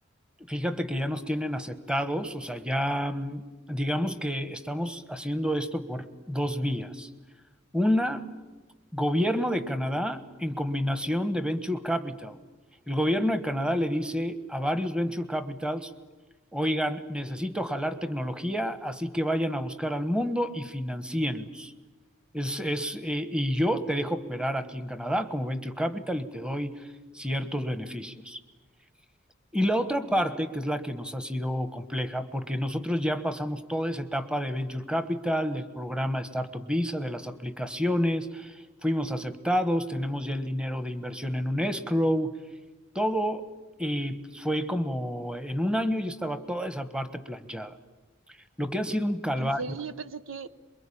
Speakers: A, in the centre; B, on the right.
A: Fíjate que ya nos tienen aceptados, o sea, ya mm, digamos que estamos haciendo esto por dos vías. Una, Gobierno de Canadá en combinación de Venture Capital. El gobierno de Canadá le dice a varios Venture Capitals, oigan, necesito jalar tecnología, así que vayan a buscar al mundo y financienlos. Es, es, eh, y yo te dejo operar aquí en Canadá como Venture Capital y te doy ciertos beneficios. Y la otra parte, que es la que nos ha sido compleja, porque nosotros ya pasamos toda esa etapa de Venture Capital, del programa Startup Visa, de las aplicaciones, fuimos aceptados, tenemos ya el dinero de inversión en un escrow, todo eh, fue como en un año ya estaba toda esa parte planchada. Lo que ha sido un calvario.
B: En serio, yo pensé que